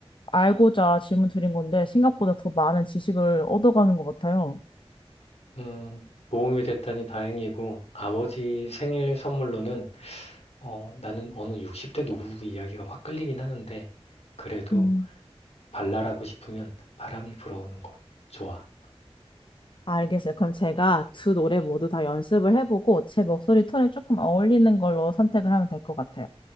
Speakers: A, on the left; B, on the left.
A: 알고자 질문 드린 건데 생각보다 더 많은 지식을 얻어가는 것 같아요.
B: 음, 도움이 됐다니 다행이고, 아버지 생일 선물로는, 어, 나는 어느 60대 노부부 이야기가 확 끌리긴 하는데, 그래도
A: 음.
B: 발랄하고 싶으면 바람이 불어오는 곳. 좋아.
A: 알겠어요. 그럼 제가 두 노래 모두 다 연습을 해보고 제 목소리 톤에 조금 어울리는 걸로 선택을 하면 될 것 같아요.